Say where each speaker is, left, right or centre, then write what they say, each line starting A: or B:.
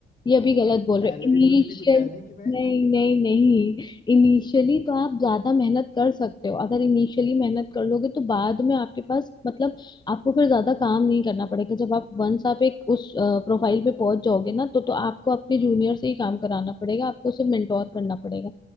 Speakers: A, on the left (about 20°); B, on the left (about 40°).
A: ये भी गलत बोल
B: सैलरी
A: रहे इनिशियल
B: भी उतनी कुछ है नहीं कि मैं
A: नहीं नहीं नहीं इनिशियली तो आप ज्यादा मेहनत कर सकते हो अगर इनिशियली मेहनत कर लोगे तो बाद में आपके पास मतलब आपको फिर ज्यादा काम नहीं करना पड़ेगा जब आप वंस आप एक उस प्रोफाइल पे पहुंच जाओगे ना तो तो आपको अपने जूनियर से ही काम कराना पड़ेगा आपको उसे मेंटोर करना पड़ेगा